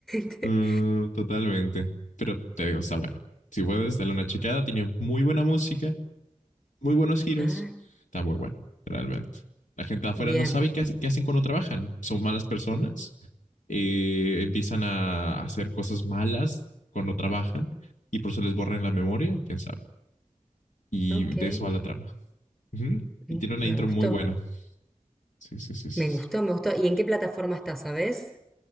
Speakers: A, in the centre; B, on the left.
A: <laughs>
B: Mm, totalmente. Pero te digo, está bueno. Si puedes, dale una checada. Tiene muy buena música, muy buenos giros.
A: Ah,
B: Está muy bueno, realmente. La gente de afuera
A: bien,
B: no sabe qué, hace- qué hacen cuando trabajan. Son malas personas. eh, empiezan a hacer cosas malas cuando trabajan y por eso les borran la memoria, quién sabe. Y
A: ok,
B: de eso va la trama. Ujú.
A: mm,
B: Y tiene una
A: me
B: intro
A: gustó.
B: muy buena. Sí, sí, sí, sí.
A: Me gustó,
B: sí.
A: me gustó. ¿Y en qué plataforma está, sabes?